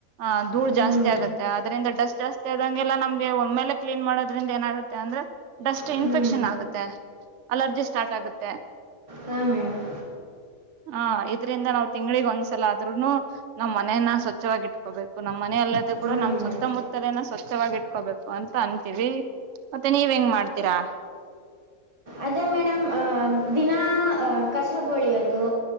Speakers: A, on the right (about 65°); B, on the right (about 25°).
A: ಆಹ ಧಳು
B: ಹ್ಞೂ
A: ಜಾಸ್ತಿ ಆಗತ್ತೆ ಅದ್ರಿಂದ ಡಸ್ಟ್ ಜಾಸ್ತಿ ಆದಂಗೆಲ್ಲ ನಮ್ಗೆ ಒಮ್ಮೆಲೆ ಕ್ಲೀನ್ ಮಾಡೋದ್ರಿಂದ ಏನಾಗುತ್ತೆ ಅಂದ್ರೆ ಡಸ್ಟ್
B: ಹ್ಞೂ
A: ಇನ್ಫೆಕ್ಷನ್ ಆಗುತ್ತೆ ಅಲರ್ಜಿ ಸ್ಟಾರ್ಟ್ ಆಗುತ್ತೆ
B: ಹಾಂ ಮೇಡಮ್
A: ಹಾ ಇದ್ರಿಂದ ನಾವ್ ತಿಂಗಳಗ್ ಒಂದ್ಸಲ ಆದ್ರುನು ನಮ್ ಮನೇನ್ನ ಸ್ವಚ್ಛವಾಗಿ ಇಟ್ಕೋಬೇಕು ನಮ್ ಮನ ಅಲ್ಲದ ಕೂಡ
B: ಹಾಂ
A: ನಮ್
B: ಮೇಡಮ್
A: ಸುತ್ತಮುತ್ತಲನ ಸ್ವಚ್ಛವಾಗಿ ಇಟ್ಕೋಬೇಕು ಅಂತ ಅನ್ಂತೀವಿ ಮತ್ತೆ ನೀವ್ ಹೆಂಗ್ ಮಾಡ್ತೀರಾ
B: ಅದೇ ಮೇಡಮ್ ದಿನಾ ಕಸ ಬಳಿಯೋದು